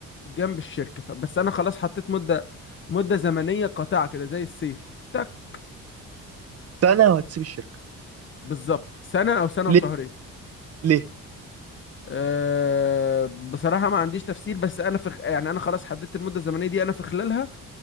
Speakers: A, on the left; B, on the right.
A: جنب الشركة ف- بس أنا خلاص حطيت مدة مدة زمنية قاطعة كده زي السيف تك
B: سنة وهتسيب الشركة
A: بالظبط سنة أو سنة
B: ليه
A: وشهرين
B: ليه
A: أه بصراحة ما عنديش تفسير بس أنا في خ- يعني أنا خلاص حددت المدة الزمنية دي أنا في خلالها